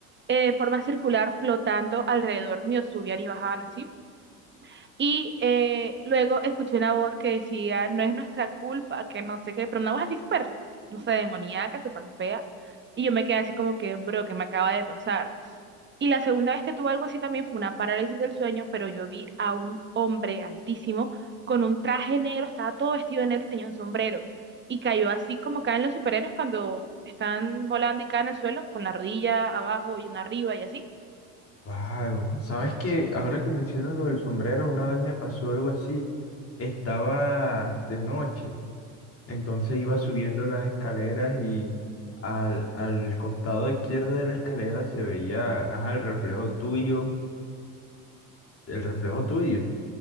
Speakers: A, on the right; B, on the left.
A: eh, en forma circular flotando alrededor mío, subían y bajaban así. Y eh, luego escuché una voz que decía, no es nuestra culpa, que no sé qué, pero una voz así súper, no sé, demoníaca, súper fea. Y yo me quedé así como que, bro, ¿qué me acaba de pasar? Y la segunda vez que tuve algo así también fue una parálisis del sueño, pero yo vi a un hombre altísimo con un traje negro, estaba todo vestido de negro y tenía un sombrero. Y cayó así como caen los superhéroes cuando están volando y caen al suelo, con la rodilla abajo y una arriba y así.
B: Wow, sabes que ahora que mencionas lo del sombrero, una vez me pasó algo así. Estaba de noche Entonces iba subiendo las escaleras y al, al costado izquierdo de la escalera se veía, ajá, el reflejo tuyo, el reflejo tuyo.